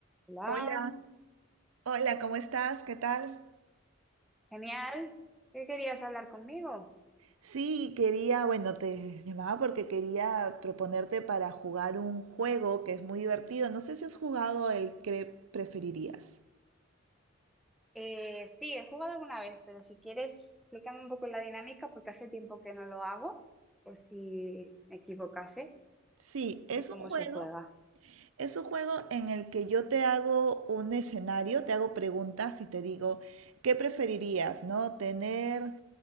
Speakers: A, in the centre; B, on the right (about 85°).
A: Hola,
B: Hola, hola, ¿cómo estás? ¿Qué tal?
A: genial. ¿Qué querías hablar conmigo?
B: Sí, quería, bueno, te llamaba porque quería proponerte para jugar un juego que es muy divertido. No sé si has jugado el que preferirías.
A: Eh, sí, he jugado alguna vez, pero si quieres, explícame un poco la dinámica porque hace tiempo que no lo hago, por si me equivocase
B: Sí, es
A: de cómo
B: un juego.
A: se juega.
B: Es un juego en el que yo te hago un escenario, te hago preguntas y te digo, ¿qué preferirías, no? ¿Tener